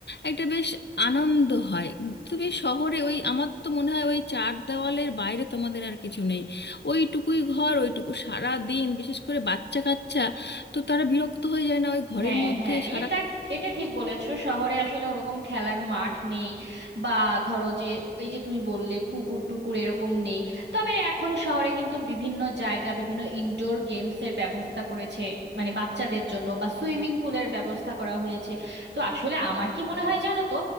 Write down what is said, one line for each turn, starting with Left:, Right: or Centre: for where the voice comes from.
Left: একটা বেশ আনন্দ হয় তুমি শহরে ওই আমার তো মনে হয় ওই চার দেওয়ালের বাইরে তোমাদের আর কিছু নেই ওইটুকুই ঘর ওইটুকু সারা দিন বিশেষ করে বাচ্চা কাচ্চা তো তারা বিরক্ত হয়ে যায় না ওই ঘরের
Right: হ্যাঁ
Left: মধ্যে
Right: হ্যাঁ
Left: সারা
Right: এটা এটা ঠিক বলেছো শহরে আসলে ওরকম খেলার মাঠ নেই বা ধরো যে এই যে তুমি বললে পুকুর টুকুর এরকম নেই তবে এখন শহরে কিন্তু বিভিন্ন জায়গা বিভিন্ন ইনডোর গেমস এর ব্যবস্থা করেছে মানে বাচ্চাদের জন্য বা সুইমিং পুলের ব্যবস্থা করা হয়েছে তো আসলে আমার কি মনে হয় জানো তো